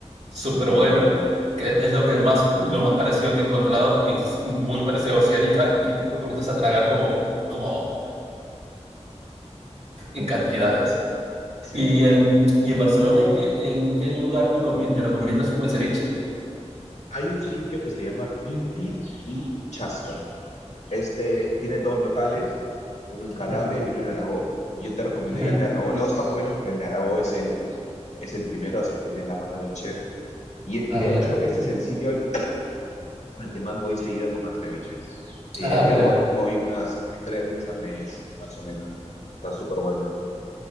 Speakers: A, on the right; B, on the left.
A: súper
B: está súper
A: bueno,
B: bueno.
A: que es lo que más, lo más parecido que he encontrado y es como muy parecido a Oceánica y comienzas a tragar como, como en cantidades.
B: Sí.
A: Y en, y en Barcelona, ¿en qué, en qué lugar me, comi- me recomiendas un buen ceviche?
B: Hay un sitio que se llama Inti y Chasca. Este tiene dos locales, uno en Calabria
A: Ujú,
B: y uno en Aragó. Yo te recomiendo
A: ujú.
B: ir al de Aragó. Los dos están buenos, pero el de Aragó es el es el primero, así que tiene la mano del chef. Y,
A: Ah,
B: y de
A: mira.
B: hecho, este es el sitio al, al que más voy seguido a comer ceviche. Te diré
A: Ah,
B: que
A: mira.
B: voy, voy unas tres veces al mes, más o menos. Está súper bueno.